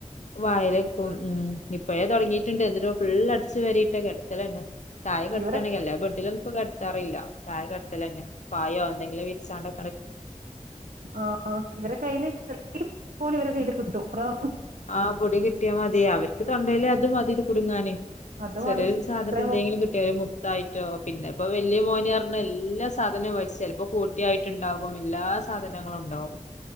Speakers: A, on the left; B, on the right.
A: വായിലെക്കും ഉം ഇപ്പഴേ തുടങ്ങിട്ടുണ്ട് എന്നിട്ടോ ഫുൾ അടിച്ച് വാരിട്ട് കിട അതുപോലെതന്നെ താഴെ കടത്താണെങ്കിൽ
B: ഇവരെ
A: എല്ലാ ബഡിലും ഇപ്പോ കടത്താറില്ല താഴെ കടത്തൽ തന്നെ പായോ എന്തെങ്കിലും വിരിച്ചാണ്ട്
B: ആ അ ഇവരെ കയില് പോലും ഇവരെ കയ്യിൽ കിട്ടും അതാണ്
A: ആ പൊടി കിട്ടിയാ മതി അവർക്ക് തൊണ്ടേൽ അത് മതി ഇത് കുടുങ്ങാന്
B: അത്
A: ചെറിയൊരു
B: മതി
A: സാധനം
B: ഇത്രയും
A: എന്തെങ്കിലും കിട്ടിയാല് മു തായിട്ടോ പിന്നെ ഇപ്പ വലൃ മോന് പറഞ്ഞ എല്ലാ സാധനവും വലിച്ച് ചിലപ്പോ കോട്ടിയായിട്ട് ഉണ്ടാകും എല്ലാ സാധനവും ങ്ങളൊണ്ടാവും